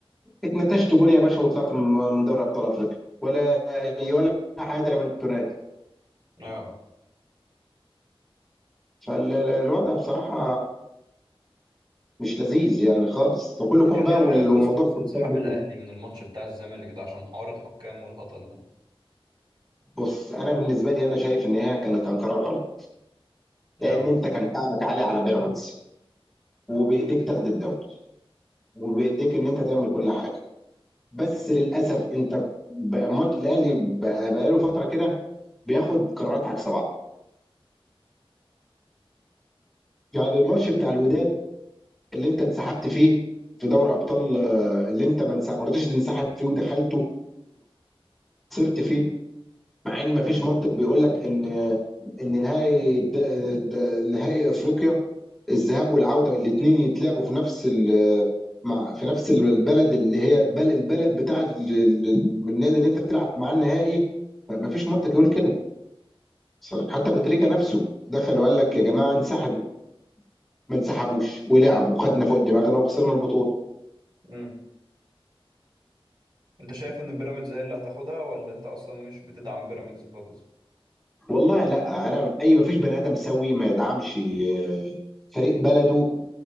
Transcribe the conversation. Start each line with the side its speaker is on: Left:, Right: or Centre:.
Centre: اتنتشت جون يا باشا وطلعت من من دوري ابطال افريقيا ولا ولا حاجه لمن تنادي
Right: اه
Centre: فالوضع بصراحه مش لذيذ يعني خالص وكلكم
Right: انت كان
Centre: بقى
Right: ايه رأيك
Centre: وال- وموضوع
Right: اصلا في
Centre: الحكام
Right: انسحاب
Centre: ده
Right: الاهلي
Centre: كله.
Right: من الماتش بتاع الزمالك ده عشان حوار الحكام والهطل ده
Centre: بص انا بالنسبه لي انا شايف ان هي كان كان قرار غلط لان
Right: اه
Centre: انت كان تعبك عالي على بيراميدز وبايديك تاخد الدوري وبايديك ان انت تعمل كل حاجه بس للاسف انت بقى ماتش الاهلي بقى بقاله فتره كده بياخد قرارات عكس بعض يعني الماتش بتاع الوداد اللي انت انسحبت فيه في دوري ابطال آه، اللي انت ما انسحب- ما رضيتش تنسحب فيه ودخلته وخسرت فيه مع ان مفيش منطق بيقول لك ان ان نهائي د... د... نهائي افريقيا الذهاب والعوده الاثنين يتلعبوا في نفس ال... مع في نفس البلد اللي هي بل... البلد بتاع ال... ال- النادي اللي انت بتلعب معاه النهائي ما فيش منطق يقول كده صراحة. حتى ابو تريكه نفسه دخل وقال لك يا جماعه انسحبوا ما انسحبوش ولعبوا خدنا فوق دماغنا وخسرنا البطوله
Right: امم انت شايف ان بيراميدز هي اللي هتاخدها ولا انت اصلا مش بتدعم بيراميدز خالص
Centre: والله لا انا اي ما فيش بني ادم سوي ما يدعمش آه، فريق بلده